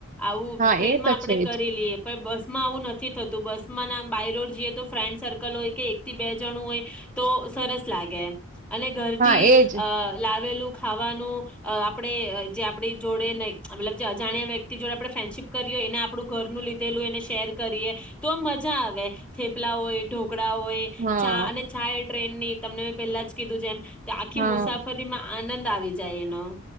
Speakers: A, in the centre; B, on the right.
A: આવું
B: હા
A: ટ્રેન
B: એ તો
A: માં આપણે
B: છે
A: કરી
B: જ
A: લઈએ. બસમાં આવું નથી થતું બસ માં ના બાય રોડ જઈએ તો ફ્રેન્ડ સર્કલ હોય કે એકથી બે જણું હોય, તો સરસ લાગે એમ. અને ઘરથી
B: હા એજ
A: અ લાવેલું ખાવાનું, આપણે જે આપણી જોડે ન મતલબ જે અજાણ્યા વ્યક્તિ જોડે ફ્રેન્ડશીપ કરીએ એને આપણું ઘર નું લીધેલું એને શેર કરીએ, તો આ મજા આવે થેપલા હોયો ટોકડાઓ, એ
B: હા
A: ચા અને ચા ટ્રેન ની તમને મેં પેલા જ કીધું છે એમ આખી
B: હા
A: મુસાફરીમાં આનંદ આવી જાય એનો.